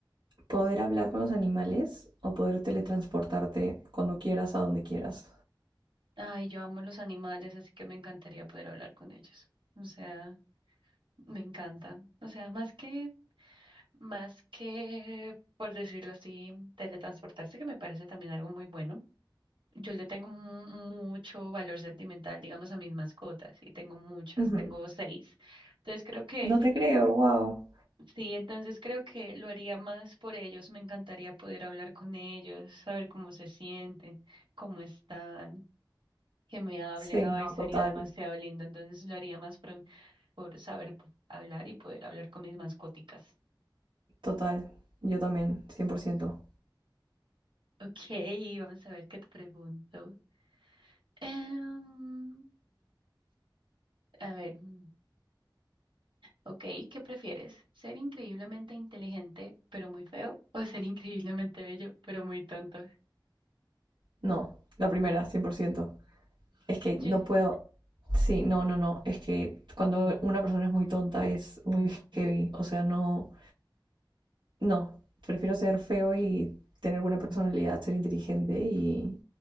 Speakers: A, on the right; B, on the right.
A: poder hablar con los animales o poder teletransportarte cuando quieras a donde quieras.
B: Ay, yo amo los animales, así que me encantaría poder hablar con ellos. O sea, me encanta. O sea, más que... Más que, por decirlo así, teletransportarse, que me parece también algo muy bueno. Yo le tengo mu- mucho valor sentimental, digamos, a mis mascotas, y tengo muchas,
A: Ujú.
B: tengo seis. Entonces creo que,
A: No te creo, wow.
B: sí, entonces creo que lo haría más por ellos. Me encantaría poder hablar con ellos, saber cómo se sienten, cómo están, que me hablen.
A: Sí,
B: Ay,
A: no,
B: sería
A: total,
B: demasiado lindo. Entonces lo haría más por, por saber hablar y poder hablar con mis mascóticas.
A: total. Yo también, cien por ciento
B: Ok, vamos a ver qué te pregunto. Em, a ver, mm, ok, ¿qué prefieres? ¿Ser increíblemente inteligente pero muy feo <laughs> o ser increíblemente bello pero muy tonto?
A: No, la primera, cien por ciento Es que no
B: Sí.
A: puedo. Sí, no, no, no. Es que cuando una persona es muy tonta es muy heavy. O sea, no, No, prefiero ser feo y tener buena personalidad, ser inteligente y,